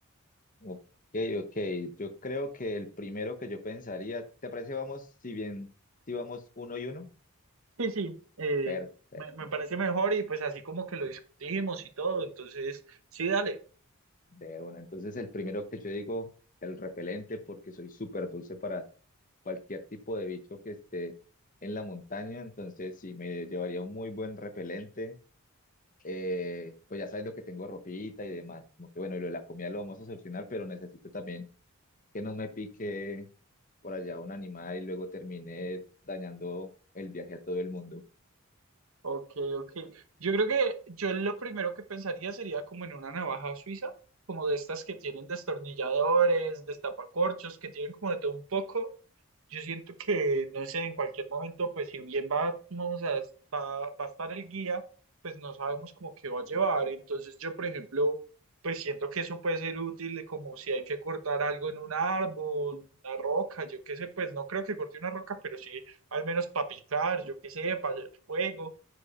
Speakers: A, on the left (about 35°); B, on the right (about 65°).
A: Ok, ok. Yo creo que el primero que yo pensaría, ¿te parece vamos, si bien, si vamos uno y uno?
B: Sí, sí, eh,
A: Perfecto,
B: me, me parece mejor y pues así como que lo discutimos y todo, entonces sí, dale.
A: de una. Entonces el primero que yo digo, el repelente, porque soy súper dulce para cualquier tipo de bicho que esté en la montaña. Entonces sí, me llevaría un muy buen repelente. Eh, pues ya sabiendo que tengo ropita y demás. Como que bueno, y lo de la comida lo vamos a solucionar, pero necesito también que no me pique por allá un animal y luego termine dañando el viaje a todo el mundo.
B: Ok, ok. Yo creo que yo lo primero que pensaría sería como en una navaja suiza, como de estas que tienen destornilladores, destapacorchos, que tienen como de todo un poco. Yo siento que, no sé, en cualquier momento, pues si bien va, vamos a, va, va a estar el guía, pues no sabemos como qué va a llevar. Entonces yo, por ejemplo, pues siento que eso puede ser útil, como si hay que cortar algo en un árbol, una roca, yo qué sé, pues no creo que corte una roca, pero sí al menos para picar, yo qué sé, para hacer fuego.